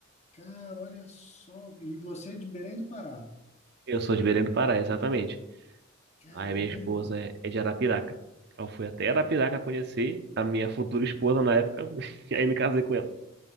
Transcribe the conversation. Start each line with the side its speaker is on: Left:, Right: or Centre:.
Left: Cara, olha só. E você é de Belém do Pará?
Right: Eu sou de Belém do Pará, exatamente.
Left: Caramba,
Right: Aí a minha esposa é, é de Arapiraca. Eu fui até Arapiraca conhecer a minha futura esposa na época, <laughs> e aí me casei com ela.